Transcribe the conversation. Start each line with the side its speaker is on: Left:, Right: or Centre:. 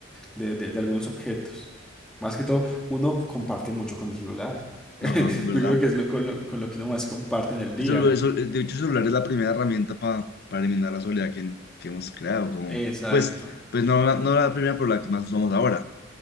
Centre: de, de- de algunos objetos. Más que todo, uno comparte mucho con el celular. <laughs>
Left: ajá, es verdad.
Centre: Yo creo que es lo, con lo, con lo que uno más comparte en el día.
Left: El celu- el cel- de hecho, el celular es la primera herramienta pa- para eliminar la soledad que, que hemos creado, como,
Centre: Exacto.
Left: pues, pues no, la, no la primera, pero la que más usamos ahora.